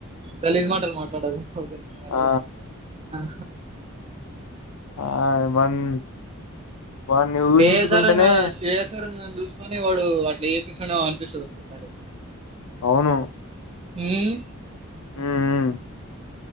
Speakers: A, on the right; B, on the left.
A: గలీజ్ మాటలు మాట్లాడకు ఓకే అప్
B: ఆ
A: ల్లో ఆ
B: ఆ వన్ వాన్ని ఊహించుకుంటేనే
A: వేసర చేసర చూసుకొని వాడు అట్లా ఏపిస్తు అనిపిస్తుంది ఒక్కోసారి
B: అవును
A: ఉమ్మ్
B: మ్మ్